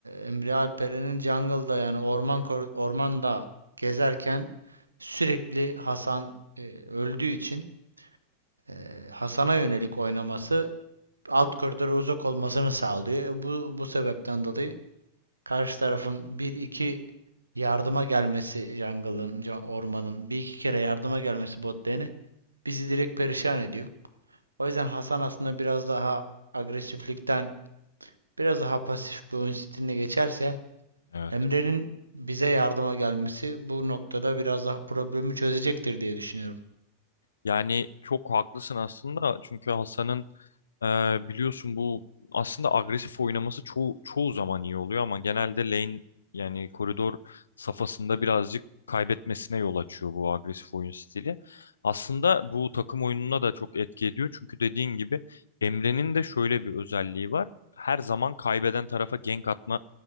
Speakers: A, on the right; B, on the left.
A: Emre Alperen'in jungle'da yani orman ormanda gezerken sürekli Hasan e, öldüğü için e, Hasan'a yönelik oynaması alt koridora uzak olmasını sağlıyor. E, Bu bu sebepten dolayı Karşı tarafın bir iki yardıma gelmesi jungle'ın, ca- ormanın bir iki kere yardıma gelmesi bot lane'e bizi direkt perişan ediyor. O yüzden Hasan aslında biraz daha agresiflikten biraz daha pasif bir oyun stiline geçerse
B: Evet.
A: Emre'nin bize yardıma gelmesi bu noktada biraz daha problemi çözecektir diye düşünüyorum.
B: Yani çok haklısın aslında çünkü Hasan'ın e, biliyorsun bu aslında agresif oynaması çoğu, çoğu zaman iyi oluyor ama genelde lane yani koridor safhasında birazcık kaybetmesine yol açıyor bu agresif oyun stili. Aslında bu takım oyununa da çok etki ediyor çünkü dediğin gibi Emre'nin de şöyle bir özelliği var. Her zaman kaybeden tarafa gank atma